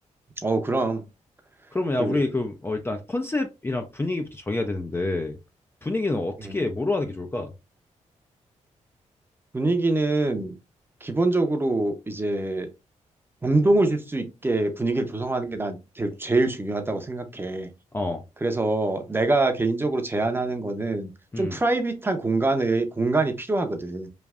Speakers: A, on the right; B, on the left.
A: 어, 그럼,
B: 그러면
A: 그,
B: 야, 우리 그 어, 일단 컨셉이랑 분위기부터 정해야 되는데 분위기는 어떻게,
A: 음.
B: 뭐로 하는 게 좋을까?
A: 분위기는 기본적으로 이제 감동을 줄 수 있게 분위기를 조성하는 게 난 제일 제일 중요하다고 생각해.
B: 어,
A: 그래서 내가 개인적으로 제안하는 거는 좀
B: 음,
A: 프라이빗한 공간의 공간이 필요하거든.